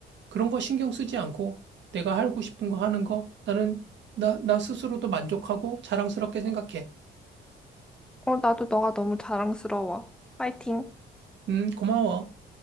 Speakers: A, on the right (about 65°); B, in the centre.
A: 그런 거 신경 쓰지 않고 내가 하고 싶은 거 하는 거 나는 나, 나 스스로도 만족하고 자랑스럽게 생각해.
B: 어, 나도 너가 너무 자랑스러워. 파이팅!
A: 음, 고마워.